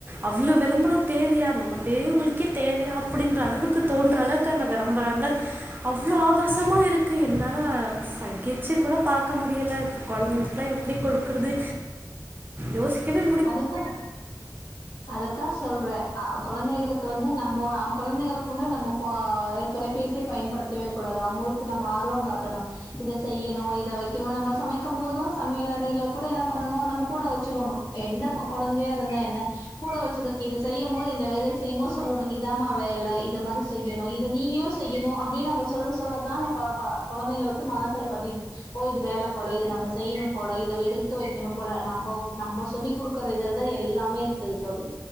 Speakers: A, on the right; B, on the left.
A: அவுளோ வெளம்பரோ தேவையா நம்ம பெரியவங்களுக்கே தேவையா அப்டின்ற அளவுக்கு தோன்ற அளவுக்கு க இந்த வெளம்பறங்கள் அவ்ளோ ஆ பாசமா இருக்கு என்னால சகிச்சி கூட பாக்க முடியுல இப்ப கொழந் தைக்குலா எப்டி குடுக்கறது யோசிக்கவே
B: அதே தா அதத்தா சொல்றே அ கொழந்தைங்களுக்கு வந்து நம்போ அவ் கொழந்தைங்களுக்கு முன்னாடி நம்ம ஃபோ தொலைபேசிய பயன்படுத்தவே கூடாது அவுங்குளுக்கு நம்ம ஆர்வோ காட்டணோ இத செய்யணு இத வைக்கணு நம்ம சமைக்கும் போது சமையல அறையில கூட என்ன பண்ணணு நம்ம கூட வெச்சுக்கணு எந்தப்பொ கொழந்தையா இருந்தா என்ன கூட வெச்சுக்குறே இது செய்யம் போது இந்த வேலைய செய்யமா சொல்லணு இதாம்மா வேல இத மாரி செய்யணு இத நீயு செய்யணு அப்டின் நம்ப சொல்ல சொல்லதா ந ப ப கொழந்தைங்களுக்கு மனசுல பதி ஓ இது வேல போல இத நம்ப செய்யணும் போல இத எடுத்து வைக்கணு போல நம்போ நம்போ சொல்லி குடுக்குற ஏரியால்தா எல்லாமே இருக்குது தோழி